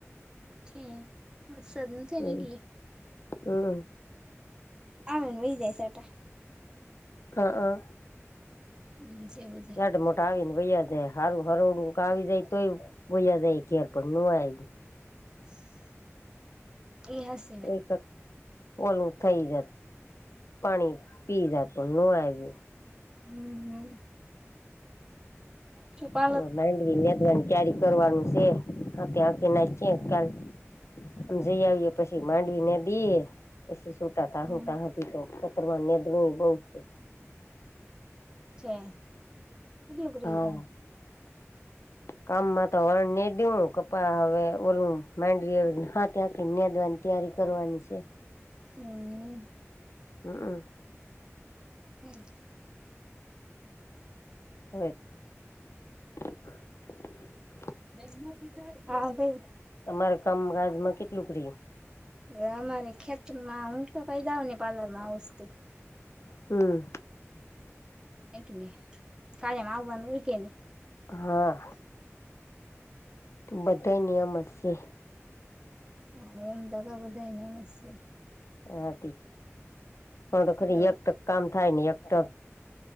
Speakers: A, on the right; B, on the left.
A: છે વરસાદ નથી
B: હમ
A: ને એટલે
B: હમ
A: આવીને વહી જાય છાટા
B: હ અ
A: <unintelligible> હમ સેવ છે
B: નાાટ મોટા આવી ને વયા જાય હારું હરોડું આવી જાય તોય વયા જાય ઘેર પડે ન આવી
A: એ હ
B: કોઈ ઓલું થઇ જત. પાણી પી જાય પણ ન આવ્યું.
A: હમ હમ છુપા
B: હ માંડવી નેધવાની ક્યારે કરવાનું છે. હા ત્યાંખી નાખ કાલ આમ જઈ આવીએ પછી માંડવીને દઈએ. પછી સુટા તાહુ
A: હમ
B: તા સુધી ધન બોઉ સે
A: છે. કેટલુંક રહ્યું
B: હા
A: કામ
B: કામમાં તો વણને દવ કપા હવે ઓલું. માંડવી હા ત્યાં ક ન્યાદવાની તૈયારી કરવાની છે.
A: હમ
B: હમ મ
A: હમ
B: હોય. <unintelligible>
A: ફેસબુક <unintelligible> બે હા ભ
B: તમારે કામકાજમાં કેટલું રિયું?
A: હવે અમારી ખેતરમાં હું તો કાયદા ને પ્લર માં ષી
B: હમ
A: એટલે કાળમાં આવવાનું એ કે ન
B: હા બધાં નિયમ હશે.
A: હા એમ તો ક બધાય ને એમસ્ છે.
B: હા હ તો ખરી
A: એમ જ
B: એક ત. <unintelligible> કામ થાય ની એક ત